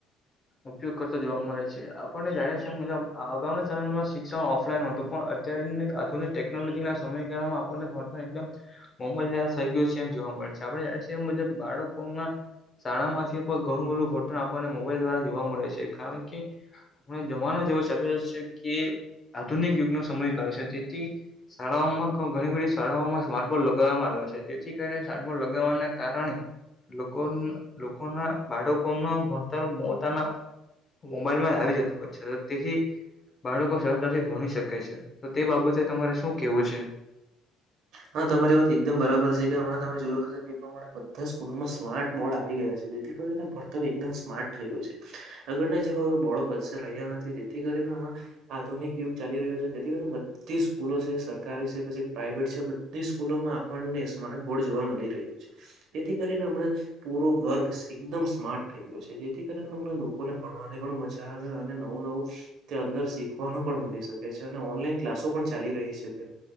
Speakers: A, on the left (about 20°); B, on the right (about 60°).
A: ઉપયોગ કરતો જોવા મળે છે આપણને જાણીએ છીએ મુજબ આગઉના સમયમાં શિક્ષણ ઓફલાઈન હતું પણ અત્યારની આધુનિક ટેકનોલોજીના સમયગાળામાં આપણને ફોન તો એકદમ <unintelligible> થઈ ગયો છે એમ જોવા મળે છે આપ <unintelligible> મુજબ બાળકોમાં શાળા માંથી પણ ઘણું બધું <unintelligible> આપણને મોબાઈલ દ્વારા જોવા મળે છે કારણ કે આપણે જમાનો જ એવો ચલી રહ્યો છે કે આધુનિક યુગનો સમય કહે છે તેથી શાળાઓમાં ઘણી બધી શાળાઓમાં સ્માર્ટબોર્ડ લગાવવામાં આવે છે જેથી કરીને સ્માર્ટબોર્ડ લગાવવાના કારણે લોકો લોકોના બાળકો ના ભણતર પોતાના મોબાઈલમાં જ આવી જતું હોય છે તો તેથી બાળકો સરળતાથી ભણી શકે છે તો તે બાબતે તમારે શું કેવું છે
B: હા તમારી વાત એકદમ બરાબર છે કે હમણાં તમે જોયું અહે તે પ્રમાણે બધા સ્કૂલોમાં સ્માર્ટ બોર્ડ આવી ગયા છે જેથી કરી ભણતર એકદમ સ્માર્ટ થઈ ગયું છે. અગળના જેવો બોળો કસે રહ્યા નથી જેથી કરીને હમણાં આધુનિક યુગ ચાલી રહ્યું છે જેથી કરીને બધી જ સ્કૂલો છે સરકારી છે પસી પ્રાાઈવેટ છે બધી સ્કૂલોમાં આપણને સ્માર્ટ બોર્ડ જોવા મલી રહ્યું છે. જેથી કરીને હમણાં જ પૂરો વર્ગ એકદમ સ્માર્ટ થઈ ગયો છે જેથી કરીને અમને લોકોને ભણવાની પણ મજા આવે અને નવું નવું ત્યાં અંદર શીખવાનું પણ મલી શકે છે અને ઓનલાઈન ક્લાસો પણ ચાલી રહી છે તે